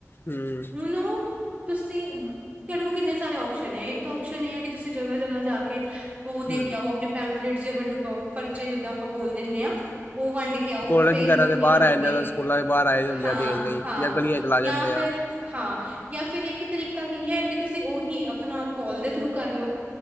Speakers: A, on the left; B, on the right.
A: ਹਮ
B: ਹੁ ਤੁਸੀਂ ਤੁਹਾਡੇ ਕੋਲ ਕਿੰਨੇ ਸਾਰੇ ਆਪਓਪਸ਼ਨ ਨੇ ਇੱਕ ਤਾਂ ਓਪਸ਼ਨ ਇਹ ਹੈ ਕਿ ਤੁਸੀਂ ਜਗ੍ਹਾ ਜਗ੍ਹਾ ਜਾ ਉਹ ਦੇਖਿਆ
A: ਹਮ
B: ਉਹ ਆਪਣੇ ਪੈਫਲੇਟ ਜੇ ਵੰਡ ਪਰਚੇ ਜਿੱਦਾਂ ਆਪਾਂ ਬੋਲ ਦਿੰਦੇ ਹਾਂ ਉਹ ਵੰਡ ਕੇ ਕਿ ਉਹ
A: ਕਾਲਜ
B: ਫੇਰ
A: ਵਗੈਰਾ
B: ਲੋਕੀ
A: ਦੇ ਬਾਹਰ
B: ਆਉਣਗੇ
A: ਆ ਜਾਂਦੇ ਸਕੂਲਾਂ ਦੇ ਬਾਹਰ ਆਏ ਹੁੰਦੇ
B: ਹਾਂ
A: ਆ ਦੇਣ ਲਈ
B: ਹਾਂ
A: ਜਾਂ ਗਲੀਆਂ ਚਲਾ ਜਾਂਦੇ
B: ਯਾ ਫਿਰ
A: ਆ
B: ਹਾਂ ਜਾਂ ਫੇਰ ਇੱਕ ਤਰੀਕਾ ਕੀ ਹੈ ਕਿ ਤੁਸੀਂ ਉਹੀ ਆਪਣਾ ਕਾਲ ਦੇ ਥਰੂ ਕਰਲੋ